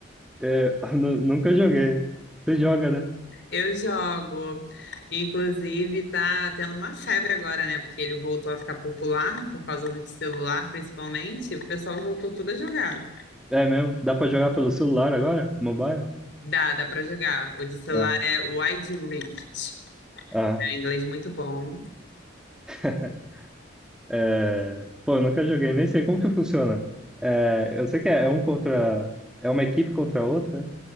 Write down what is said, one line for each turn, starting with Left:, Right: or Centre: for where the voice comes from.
Centre: É, <laughs> nu- nunca joguei. Você joga, né?
Left: Eu jogo. Inclusive, tá tendo uma febre agora, né? Porque ele voltou a ficar popular por causa do de celular, principalmente. O pessoal voltou tudo a jogar.
Centre: É mesmo? Dá pra jogar pelo celular agora? Mobile?
Left: Dá, dá pra jogar. O de celular
Centre: Ah,
Left: é Wide Rift.
Centre: ah.
Left: É um inglês muito bom.
Centre: <laughs> É, pô, eu nunca joguei, nem sei como que funciona. É, eu sei que é, é um contra. É uma equipe contra a outra,